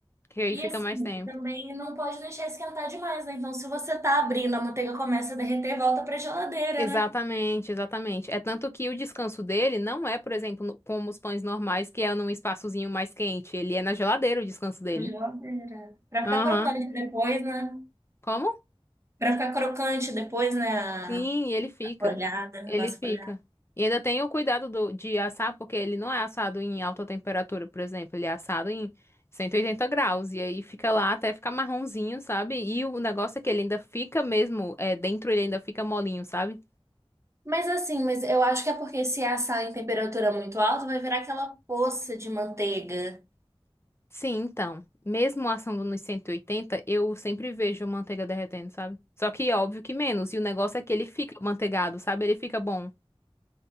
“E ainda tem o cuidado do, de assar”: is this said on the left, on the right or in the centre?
Left